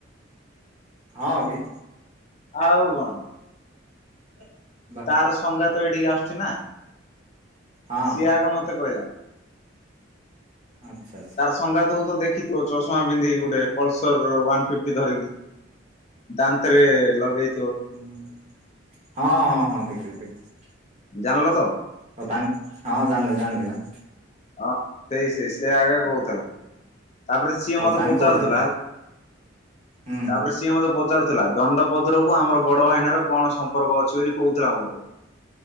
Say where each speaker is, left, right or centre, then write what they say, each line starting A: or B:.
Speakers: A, on the right (about 35°); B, on the left (about 35°).
A: ହଁ କି।
B: ଆଉ କଣ।
A: ହ <unintelligible>
B: ତାର ସଂଙ୍ଗା ତ ଏଇଠିକି ଆସୁଛି ନା।
A: ହଁ
B: ସିଏ ଆଗ ମତେ କହିଲା।
A: ଆଚ୍ଛା ଆଚ୍ଛା।
B: ସଙ୍ଗାତୁକୁ ତ ଦେଖିଥିବ ଚଷମା ପିନ୍ଧିକି ଗୋଟେ ପଲସର ୱାନ ଫିଟି ଧରିକି ଦାନ୍ତରେ ଲଗେଇ
A: ହୁଁ ହଁ ହଁ ହଁ ଦେଖିଚି ଦେଖିଚି।
B: ଜାଣିଲ ତ?
A: ତ ତାଙ୍କ ହଁ ଜାଣିଲି ଜାଣିଲି ବା।
B: ହଁ ସେଇ ସେଇ ସେ ଆଗେ କହୁଥିଲା। ତାପରେ ସିଏ
A: ହଉ
B: ମତେ
A: ତାଙ୍କ
B: ପଚାରୁଥିଲା
A: କହୁଥିବେ
B: ହେଲା। ହ
A: ହୁଁ
B: ତାପରେ ସିଏ ମୋତେ ପଚାରୁଥିଲା ଦଣ୍ଡପଦରକୁ ଆମର ବଡ ଭାଇନର କଣ ସମ୍ପର୍କ ଅଛି ବୋଲି କହୁଥିଲା ମତେ।